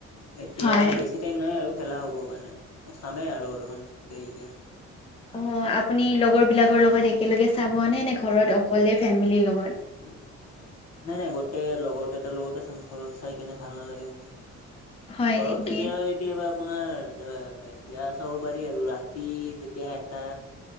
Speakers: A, on the left; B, on the left.
A: এতিয়া
B: হয়
A: বেছি টাইম নাই আৰু খেলা হ'বৰ কাৰণে মই চামেই আৰু অলপমান দেৰিকে
B: অ আপুনি লগৰ বিলাকৰ লগত একেলগে চাব নে নে ঘৰত অকলে ফেমিলিৰ লগত
A: উম নাই নাই গোটেই লগৰ কেইটাৰ লগতে চাম ঘৰত চাই কেনে ভাল নালাগে মোৰ
B: হয়
A: ঘৰত
B: নেকি
A: কেতিয়াবা কেতি কেতিয়াবা আপোনাৰ এইয়া চাব পাৰি আৰু ৰাতি যেতিয়া এটা